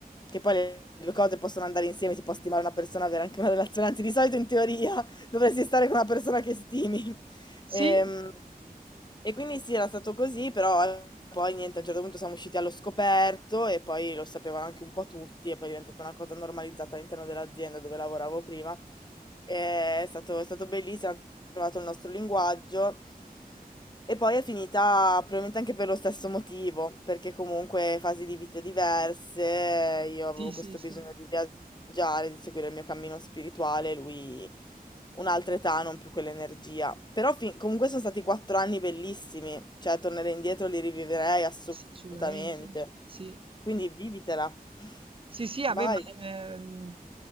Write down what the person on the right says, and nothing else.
sì,
sì,
sì, sì,
sì, assolutamente, sì.
Sì, sì, vabbè,
ma ehm,